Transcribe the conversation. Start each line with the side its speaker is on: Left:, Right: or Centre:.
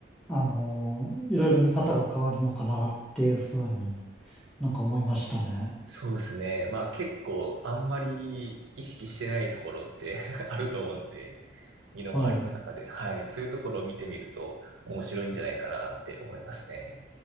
Centre: あのーいろいろ見方が変わるのかなっていうふうになんか思いましたね。
Right: そうですね。まあ、結構、あんまり意識してないところって <laughs> あると思うんで、身の回りの中で。
Centre: はい。うん
Right: はい。そういうところを見てみると、面白いんじゃないかなって思いますね。